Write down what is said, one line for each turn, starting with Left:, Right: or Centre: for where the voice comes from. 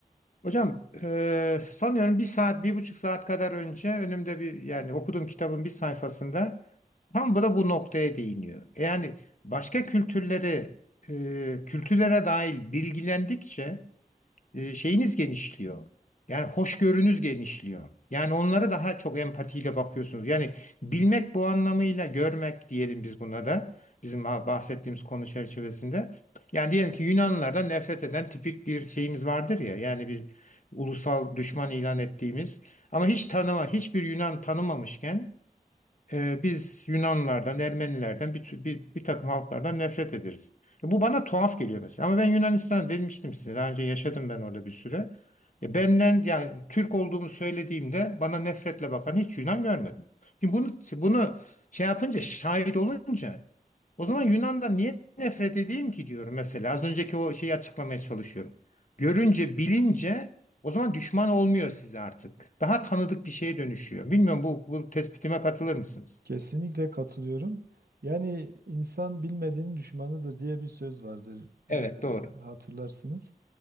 Left: Hocam e, sanıyorum bir saat, bir buçuk saat kadar önce önümde bir yani okuduğum kitabın bir sayfasında tam bu da bu noktaya değiniyor. E Yani başka kültürleri e, kültürlere dair bilgilendikçe e, şeyiniz genişliyor. Yani hoşgörünüz genişliyor. Yani onlara daha çok empatiyle bakıyorsunuz. Yani bilmek bu anlamıyla görmek diyelim biz buna da. Bizim bahsettiğimiz konu çerçevesinde. Yani diyelim ki Yunanlılardan nefret eden tipik bir şeyimiz vardır ya. Yani biz ulusal düşman ilan ettiğimiz ama hiç tanıma, hiçbir Yunan tanımamışken ee, biz Yunanlardan, Ermenilerden, bir, tü- bir, bir takım halklardan nefret ederiz. E, Bu bana tuhaf geliyor mesela. Ama ben Yunanistan'a demiştim size. Daha önce yaşadım ben orada bir süre. E, benden yani Türk olduğumu söylediğimde bana nefretle bakan hiç Yunan görmedim. Şimdi bunu bunu şey yapınca, şahit olunca o zaman Yunan'dan niye nefret edeyim ki diyorum mesela. Az önceki o şeyi açıklamaya çalışıyorum. Görünce, bilince o zaman düşman olmuyor size artık. Daha tanıdık bir şeye dönüşüyor. Bilmiyorum bu, bu tespitime katılır mısınız?
Right: Kesinlikle katılıyorum. Yani insan bilmediğinin düşmanıdır diye bir söz vardır,
Left: Evet doğru.
Right: e, hatırlarsınız.